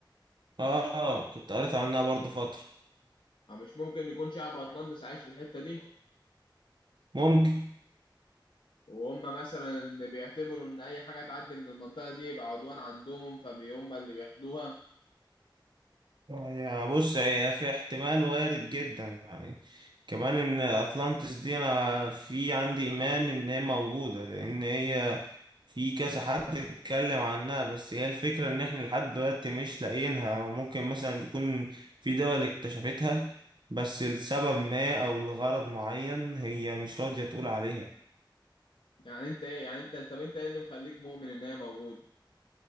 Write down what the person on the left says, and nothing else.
أو مش ممكن يكون شعب اطلانتس عايش في الحته دي
وهم مثلا بيعتبروا ان اي حاجه تعدي من المنطقه دي يبقى عدوان عندهم فهم اللي بياخدوها
يعني انت ايه يعني انت طب انت ايه اللي مخليك مؤمن ان هي موجوده